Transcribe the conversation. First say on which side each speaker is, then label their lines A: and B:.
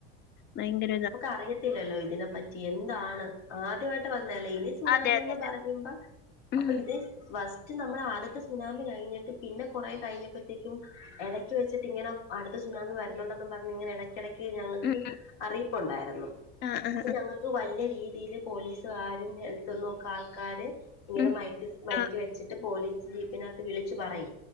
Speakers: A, on the left; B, on the left.
A: ഭയങ്കരിതാ
B: അറിയത്തില്ലല്ലോ ഇതിനെപ്പറ്റി എന്താണ് ആദ്യമായിട്ട് വന്നലേ ഇനി സുനാമിന്ന്
A: അതെ അതെ അതെ.
B: പറയുമ്പ.
A: ഉം
B: അപ്പൊ ഇത് വസ്റ്റ് നമ്മള് ആദ്യത്തെ സുനാമി കഴിഞ്ഞിട്ട് പിന്നെ കൊറേ കഴിഞ്ഞപ്പത്തേക്കും ഇടയ്ക്ക് വെച്ചട്ട് ഇങ്ങനെ അടുത്ത സുനാമി വരണംന്നും പറഞ്ഞ ഇങ്ങനെ ഇടയ്ക്ക് ഇടയ്ക്ക് ഞങ്ങൾക്ക്
A: ഉം
B: അറിയിപ്പുണ്ടായിരുന്നു
A: ആ ആ ആ
B: അപ്പഞ അത്രക്ക് വല്യയരീതിയിൽ പോലീസുകാരും ഹെൽത്തിന്നൊക്കെ ആൾക്കാര്. ഇങ്ങനെ
A: ഉം
B: മൈക്ക് മൈക്ക്
A: ആ
B: വെച്ചിട്ട് പോലീസ് ജീപ്പിനകത്ത് വിളിച്ചു പറയും.